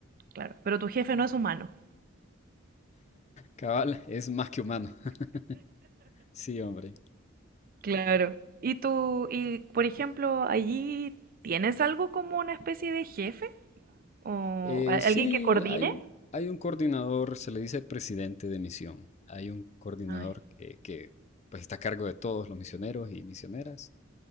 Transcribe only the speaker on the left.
Cabal es más que humano. <laughs> Sí, hombre.
Eh,
sí,
hay, un- hay un coordinador, se le dice presidente de misión. Hay un coordinador
eh, que pues, está a cargo de todos los misioneros y misioneras